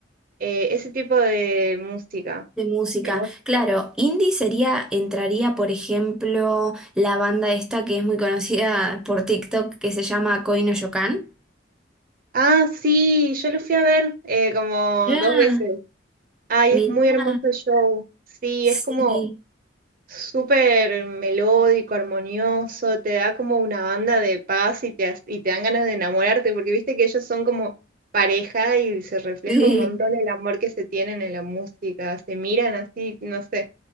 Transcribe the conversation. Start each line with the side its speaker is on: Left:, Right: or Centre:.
Right: eh, ese tipo de música.
Centre: De música.
Right: Eh, vos-
Centre: Claro, indie sería, entraría, por ejemplo, la banda esta que es muy conocida por TikTok, que se llama Koi no Yokan.
Right: Ah, sí, yo lo fui a ver eh, como
Centre: Mirá,
Right: dos veces. Ay,
Centre: mirá,
Right: es muy hermoso el show. Sí,
Centre: sí,
Right: es como súper melódico, armonioso, te da como una banda de paz y te, has- y te dan ganas de enamorarte, porque viste que ellos son como pareja y se refleja
Centre: sí.
Right: un montón el amor que se tienen en la música, se miran así, no sé, es